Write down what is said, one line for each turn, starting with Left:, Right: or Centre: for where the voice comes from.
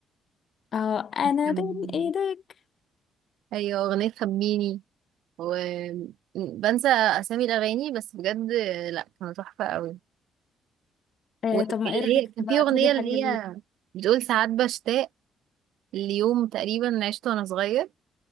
Left: اه انا
Right: مم.
Left: بين ايدك
Right: ايوه اغنيه خبيني وبنسى اسامي الاغاني بس بجد لا كانوا تحفه قوي
Left: آه
Right: واللي
Left: طب ما ايه رأيك
Right: هي كان
Left: تبعتيلي
Right: في اغنيه اللي
Left: حاجة ليه
Right: هي بتقول ساعات بشتاق ليوم تقريبا عشته وانا صغير